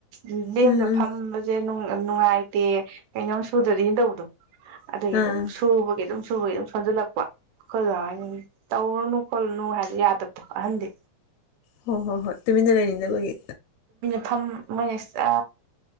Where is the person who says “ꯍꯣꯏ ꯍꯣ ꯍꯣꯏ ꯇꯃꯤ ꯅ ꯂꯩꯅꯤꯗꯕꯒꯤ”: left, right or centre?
Left